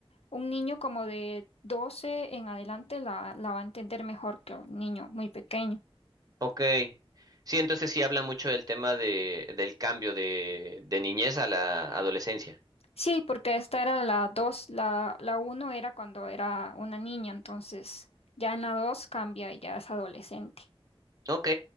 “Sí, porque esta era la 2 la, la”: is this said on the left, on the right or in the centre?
Left